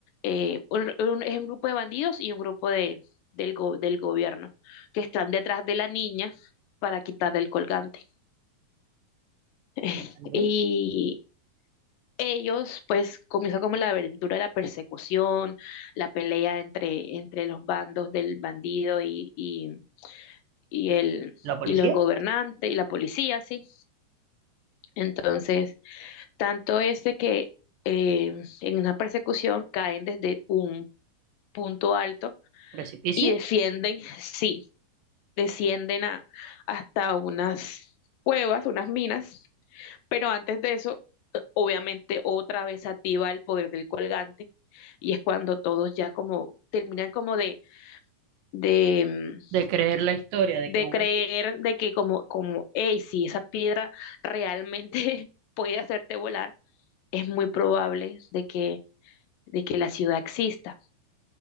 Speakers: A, on the left; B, on the right.
A: eh, un- un- es un grupo de bandidos y un grupo de del go- del gobierno que están detrás de la niña para quitarle el colgante. <laughs>
B: Vale.
A: Y ellos, pues, comienza como la aventura de la persecución, la pelea entre, entre los bandos del bandido y, y, y el,
B: La policía,
A: y los gobernantes y la policía, ¿sí? Entonces, Tanto es de que eh, en una persecución caen desde un punto alto
B: precipicio,
A: y defienden, sí, descienden a, hasta unas cuevas, unas minas, pero antes de eso, obviamente otra vez se activa el poder del colgante y es cuando todos ya como terminan como de, de, mm,
B: de creer la historia de
A: de
B: que hubo,
A: creer de que como, como, hey, si esa piedra realmente <laughs> puede hacerte volar, es muy probable de que de que la ciudad exista.